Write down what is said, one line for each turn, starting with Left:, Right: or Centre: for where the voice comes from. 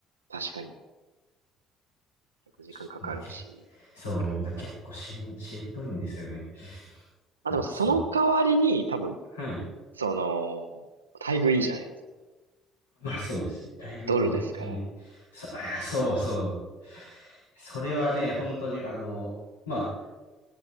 Right: 確かに、結構時間かかるし。
Left: ちょっとね、結そう、だ結構しん、しんどいんですよね。
Right: まあでも、
Left: いつも。
Right: その代わりに、多分、
Left: はい。
Right: その、待遇いいじゃないですか。
Left: まあそうですね。待遇は本当にね。
Right: ドルですから。
Left: そ、あ、いや、そうそう。それはね、本当にあの、ま